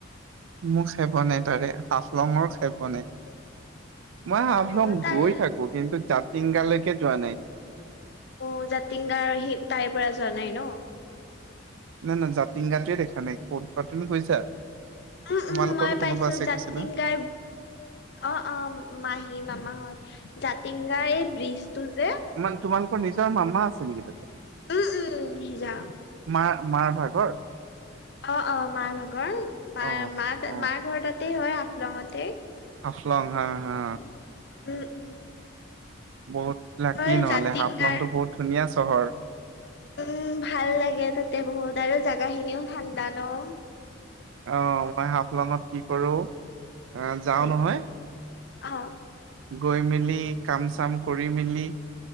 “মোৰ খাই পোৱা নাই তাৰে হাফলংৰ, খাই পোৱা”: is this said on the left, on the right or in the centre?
Right